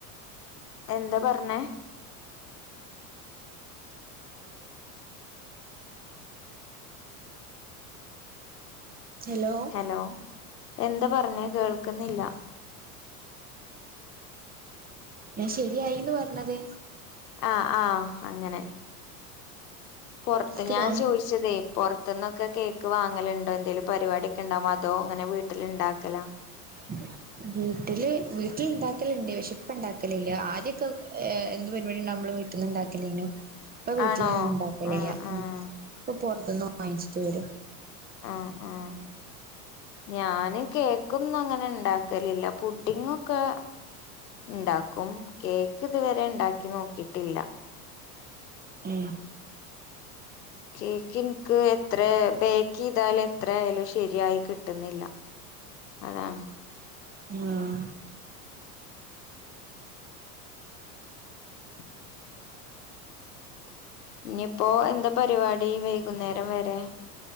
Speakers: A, on the left; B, on the right.
A: എന്ത പറ്ഞ്ഞേ
B: ഹലോ
A: ഹലോ എന്താ പറ്ഞ്ഞേ കേൾക്കുന്നില്ല
B: ഞാൻ ശരിയായിന്ന് പറ്ഞ്ഞത്
A: ആഹ് ആഹ് അങ്ങനെ പൊറ്ത്ത്
B: ഇക്ക്
A: ഞാൻ
B: തോന്ന്
A: ചോയ്ച്ച ച്ചതേ പൊറത്ത്ന്നൊക്കെ കേക്ക് വാങ്ങല്ണ്ടോ, എന്തേലും പരിപാട്യാെക്കെ ഇണ്ടാവുമ്പോ അതോ ഇങ്ങനെ വീട്ടില് ഇണ്ടാക്കല
B: <unintelligible> വീട്ടില് വീട്ടിൽ ഇണ്ടാക്കല്ണ്ട് പക്ഷെ ഇപ്പ ഇണ്ടാക്കലില്ല ആദ്യൊക്കെ എന്ത് പരിപാടി ഉണ്ടാവുമ്പളും വീ വീട്ടിന്ന് ഇണ്ടാക്കലീനു ഇപ്പൊ വീട്ടിലങ്ങനെ
A: ആണോ
B: ഇണ്ടാക്കലില്ല
A: ആഹ് ആഹ്
B: ഉം ഇപ്പൊ പുറത്തുന്ന് വാങ്ങിച്ചിട്ട് വരും.
A: ആഹ് ആഹ് ഞാന് കേക്കൊന്നും അങ്ങനെ ഇണ്ടാക്ക ക്കലില്ല പുഡ്ഡിങ്ങ് ഒക്കെ ഇണ്ടാക്കും കേക്ക് ഇതുവരെ ഇണ്ടാക്കി നോ ക്കിട്ടില്ല
B: ഉം
A: കേക്ക് എന്ക്ക് എത്ര ബേക്കെയ്താല് എത്ര ആയാലും ശരിയായി കിട്ടുന്നില്ല അതാണ്
B: ആഹ്
A: <inaudible> ഇനിയിപ്പോ എന്താ പരുപാടി വൈകുന്നേരം വരെ